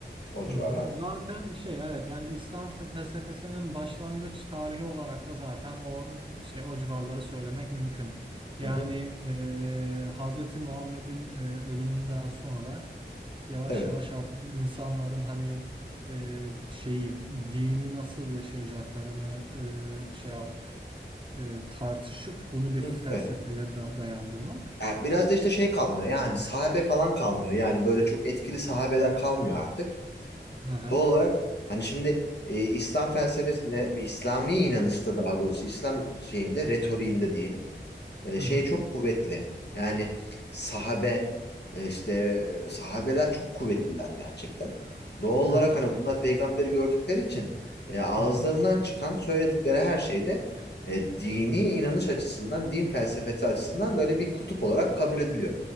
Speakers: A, on the left (about 65°); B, on the right (about 25°).
A: o civarlarda.
B: Hı hı. Zaten şey evet yani İslam fe- felsefesinin başlangıç tarihi olarak da zaten o şey o civarları söylemek mümkün. Yani
A: Hı hı.
B: e, Hz. Muhammed'in e, ölümünden sonra yavaş
A: Evet.
B: yavaş artık insanların hani e, şeyi dini nasıl yaşayacaklarını e, şey yapıp e, tartışıp bunu bir
A: Hı,
B: felsefeye
A: Evet.
B: da dayandırmak.
A: Yani biraz da işte şey kalmıyor yani sahabe falan kalmıyor yani böyle çok etkili sahabeler kalmıyor artık.
B: Hı hı.
A: Doğal olarak hani şimdi e, İslam felsefesinde, İslami inanışta daha doğrusu İslam şeyinde, retoriğinde diyelim. E,
B: Hı
A: şey
B: hı.
A: çok kuvvetli. Yani sahabe e, işte e, sahabeler çok kuvvetliler gerçekten. Doğal olarak
B: Evet.
A: hani bunlar peygamberi gördükleri için e, ağızlarından
B: Hı hı.
A: çıkan söyledikleri her şeyde e, dini inanış açısından, din felsefesi açısından böyle bir kutup olarak kabul ediliyor.